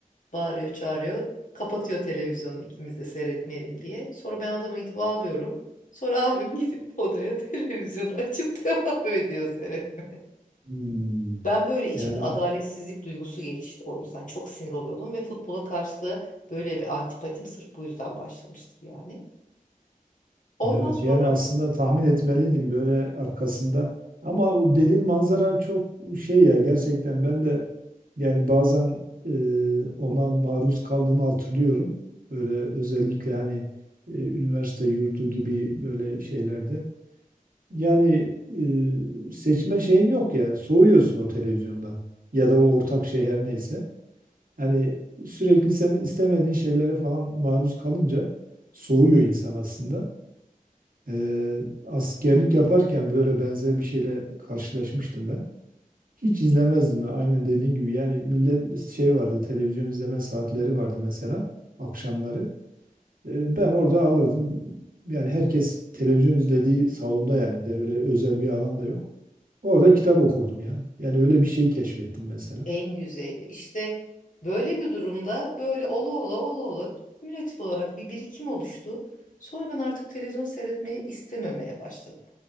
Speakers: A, on the left; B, on the right.
A: Bağırıyor, çağırıyor. Kapatıyor televizyonu ikimiz de seyretmeyelim diye. Sonra ben odama gidip ağlıyorum. Sonra abim gidip odaya <laughs> televizyonu açıp devam ediyor seyretmeye.
B: Hmm.
A: Ben böyle içimde
B: Yani
A: adaletsizlik
B: a-
A: duygusu gelişti o yüzden. Çok sinir oluyordum ve futbola karşı da böyle bir antipatim sırf bu yüzden başlamıştır yani. Ondan
B: evet
A: sonra
B: yani aslında tahmin etmeliydim böyle arkasında. Ama o dediğin manzara çok şey ya gerçekten ben de yani bazen e, ona maruz kaldığımı hatırlıyorum. Böyle özellikle hani e, üniversite yurdu gibi böyle şeylerde. Yani e, seçme şeyin yok ya soğuyorsun o televizyondan ya da o ortak şey her neyse. Yani sürekli senin istemediğin şeylere falan maruz kalınca soğuyor insan aslında. Ee, askerlik yaparken böyle benzer bir şeyle karşılaşmıştım ben. Hiç izlemezdim ben. Aynen dediğin gibi yani millet şey vardı televizyon izleme saatleri vardı mesela akşamları. Ee, ben orada alırdım yani herkes televizyon izlediği salonda yani bir de öyle özel bir alan da yok. Orada kitap okurdum ya. Yani öyle bir şey keşfettim mesela.
A: En güzeli. İşte böyle bir durumda böyle ola ola ola ola kümülatif olarak bir birikim oluştu. Sonra ben artık televizyon seyretmeyi istememeye başladım.